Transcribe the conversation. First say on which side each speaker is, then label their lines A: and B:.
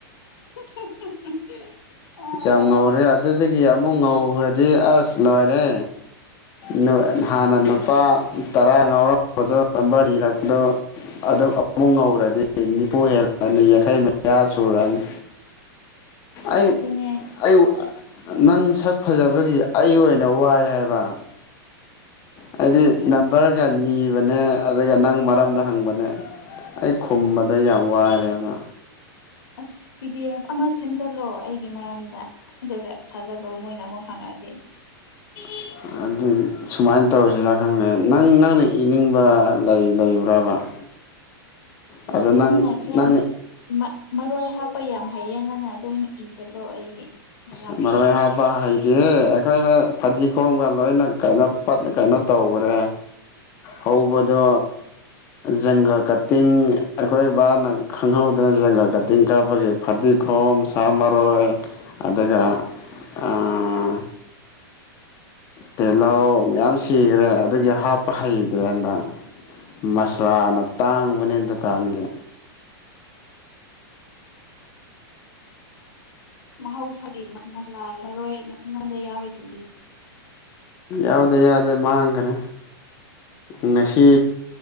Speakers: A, on the left (about 90°); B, on the left (about 25°).
A: <inaudible> ꯑꯥ
B: ꯌꯥꯝ ꯉꯧꯔꯦ ꯑꯗꯨꯗꯒꯤ ꯑꯃꯨꯛ ꯉꯧ꯭ꯔꯗꯤ ꯑꯁ ꯂꯣꯏꯔꯦ ꯅꯥꯏ ꯍꯥꯟꯅ ꯅꯨꯄꯥ ꯇꯔꯥ ꯉꯥꯎꯔꯝꯕꯗꯣ ꯅꯝꯕꯔ ꯅꯤꯔꯛꯄꯗꯣ ꯑꯗꯨꯝ ꯑꯃꯨꯛ ꯉꯧꯔꯗꯤ ꯅꯤꯐꯨ ꯍꯦꯜꯂꯅꯤ ꯌꯥꯡꯈꯩ ꯃꯌꯥ ꯁꯨꯔꯅꯤ ꯑꯩ
A: ꯑꯗꯨꯅꯦ
B: ꯑꯋꯨ ꯑ ꯅꯪ ꯁꯛ ꯐꯖꯕꯒꯤ ꯑꯩ ꯑꯣꯏꯅ ꯋꯥꯏ ꯍꯥꯏꯕ ꯍꯥꯏꯗꯤ
A: ꯑꯁ
B: ꯅꯝꯕꯔꯒ ꯅꯤꯕꯅꯦ ꯑꯗꯨꯒ ꯅꯪ ꯃꯔꯝꯗ ꯍꯪꯕꯅꯦ ꯑꯩ ꯈꯨꯝꯕꯗ ꯌꯥꯝ ꯋꯥꯔꯦꯕ
A: ꯑꯁ ꯄꯤ ꯗꯤ ꯑꯦꯐ ꯑꯃ ꯁꯦꯝꯖꯤꯜꯂꯑꯣ ꯑꯩꯒꯤ ꯃꯔꯝꯗ ꯑꯗꯨꯒ ꯊꯥꯖꯒꯣ ꯃꯣꯏꯅꯥ ꯃꯨꯛ ꯍꯪꯉꯥꯗꯤ
B: <inaudible> ꯑꯗꯨ ꯁꯨꯃꯥꯏꯅ ꯇꯧꯁꯤꯔꯥ ꯈꯪꯗꯦ ꯅꯪ ꯅꯪꯅ ꯏꯅꯤꯡꯕ ꯂꯩ ꯂꯩꯕ꯭ꯔꯕ <inaudible>
A: ꯑꯤꯁ
B: ꯑꯗꯣ ꯅꯪ
A: ꯅꯪꯅ ꯈꯔ
B: ꯅꯪꯅ
A: ꯃꯥ ꯃꯔꯣꯏ ꯍꯥꯞ ꯄ ꯌꯥꯝ ꯍꯩꯌꯦ ꯅꯪꯅ ꯑꯗꯨꯝ ꯏꯖꯜꯂꯣ ꯑꯩꯒꯤ ꯃꯔꯝꯗ
B: ꯑꯁ ꯃꯔꫭꯏ ꯍꯥꯞꯕ ꯍꯩ ꯗꯤꯍꯦ ꯑꯩꯈꯣꯏꯅ ꯐꯗꯤꯒꯣꯝꯒ ꯂꯣꯏꯅ ꯀꯩꯅꯣ ꯄꯠ ꯀꯩꯅꯣ ꯇꯧꯈ꯭ꯔꯦ ꯍꯧꯕꯗꯣ ꯖꯪꯒꯜ ꯀꯇꯤꯡ ꯑꯩꯈꯣꯏ ꯕꯥꯅ ꯈꯪꯍꯧꯗꯅ ꯖꯪꯒꯜ ꯀꯇꯤꯡ ꯀꯥꯞꯄꯒꯤ ꯐꯗꯤꯈꯣꯝ ꯁꯥ ꯃꯔꯣꯏ ꯑꯗꯨꯒ‌ ꯑꯥ ꯇꯤꯜꯍꯧ ꯃꯌꯥꯝ ꯁꯤꯈ꯭ꯔꯦ ꯑꯗꯨꯒꯤ ꯍꯥꯞꯄ ꯍꯩꯇ꯭ꯔꯦ ꯍꯟꯗꯛ ꯃꯁꯂꯥꯅ ꯇꯥꯡꯕꯅꯦ ꯗꯨꯀꯥꯟꯒꯤ
A: ꯃꯍꯧꯁꯥꯒꯤ ꯃꯁꯂꯥ ꯃꯔꯣꯏ ꯉꯣꯟꯗ ꯌꯥꯎꯔꯤꯗꯨꯗꯤ
B: ꯌꯥꯎꯗꯦ ꯌꯥꯎꯗꯦ ꯃꯥꯡꯈ꯭ꯔꯦ ꯉꯁꯤ